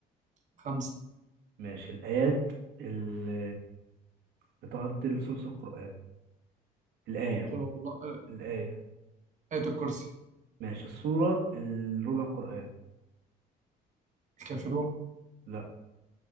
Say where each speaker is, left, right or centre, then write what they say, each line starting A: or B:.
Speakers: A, on the right (about 45°); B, on the right (about 75°).
A: خمسة
B: ماشي الآيات اللي بتعدل ثلث القرآن الآية
A: قل هو الله آه،
B: الآية
A: آية الكرسي
B: ماشي السورة الربع قرآن
A: الكافرون
B: لا